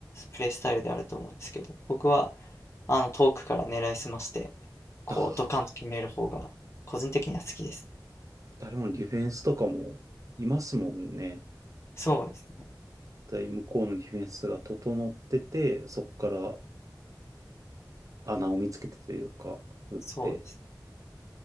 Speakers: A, on the left (about 35°); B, on the right (about 45°).
A: プレースタイルであると思うんですけど、僕はあの遠くから狙いすまして、こうドカンと決める方が個人的には好きですね。
B: ああ、誰もディフェンスとかもいますもんね。
A: そうですね。
B: だい向こうのディフェンスが整ってて、そこから穴を見つけてというか、打って、
A: そうです